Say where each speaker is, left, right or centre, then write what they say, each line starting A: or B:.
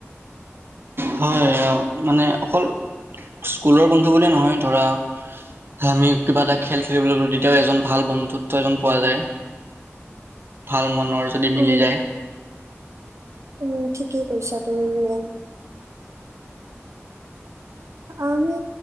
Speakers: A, on the right; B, on the right.
A: হয়, মানে অকল স্কুলৰ বন্ধু বুলি নহয়, ধৰা আমি কিবা এটা খেল খেলিবলৈ গ'লো, তেতিয়াও এজন ভাল বন্ধুত্ব এজন পোৱা যায়। ভাল মনৰ যদি মিলি
B: উম
A: যায়।
B: উম, ঠিকেই কৈছা তুমি মেইন। আমি